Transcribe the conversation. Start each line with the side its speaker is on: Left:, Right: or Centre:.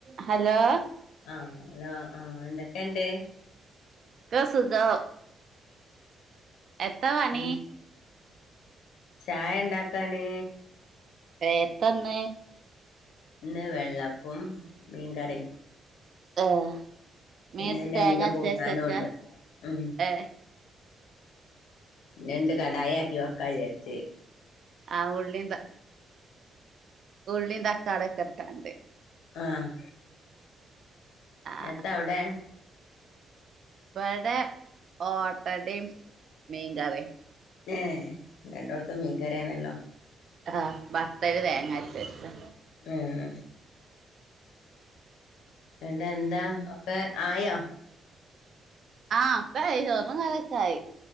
Right: Hello
Left: ആഹ് hello ആഹ് എന്തൊക്കെയണ്ട്
Right: ക്കെ സുഖം എത്താ പണി
Left: ഉ ചായ ണ്ടാക്കാണ്
Right: ഏ തന്നെ
Left: ഇന്ന് വെള്ളപ്പും മീൻകറിയും
Right: ഏഹ്
Left: പിന്നെ
Right: മേത്ത്
Left: നണ്ട്
Right: തേങ്ങ അരച്ചേച്ചക്കാ
Left: കൂട്ടാനും ഉണ്ട് ഉം
Right: ഏഹ്
Left: ഞണ്ട് കടായാക്കി വക്കാചേരിച്ച
Right: ആഹ് ഉള്ളി ത്ത ഉള്ളി തക്കാളൊകെട്ടാണ്ട്
Left: ആഹ്
Right: ആഹ്
Left: എത്താ അവിടെ
Right: ഇവിടെ ഓട്ടടയും മീകറിയും
Left: ഏഹ് രണ്ടോട്ത്തും മീൻ കറിയണല്ലോ
Right: ആഹ് ഭത്തല് തേങ്ങരച്ചചെ
Left: ആഹ് ഇണ്ടാ എന്താ ഒക്കെ ആയോ
Right: ആഹ് ഒക്കെയായി ചോറും കറി ഒക്കായി